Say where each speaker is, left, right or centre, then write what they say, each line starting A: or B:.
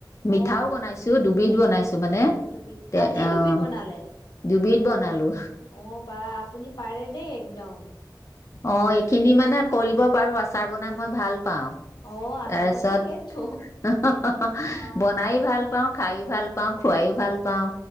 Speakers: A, on the left (about 85°); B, on the left (about 40°).
A: অ
B: মিঠাও বনাইছো দুবিধ বনাইছো
A: অ অ
B: মানে
A: দুবিধ
B: তে
A: আজিয়ে
B: আহ
A: দুবিধ বনালে
B: দুবিধ বনালো।
A: অ বা আপুনি পাৰে দে একদম।
B: অ'
A: উম
B: এইখিনি মানে কৰিব পাৰো আচাৰ বনাই মই ভাল পাওঁ
A: অ আচল
B: তাৰপিছত
A: কথা সেইটো
B: হা, হা, হা
A: হয়
B: বনাই ভাল পাওঁ। খাই ভাল পাওঁ খোৱাই ভাল পাওঁ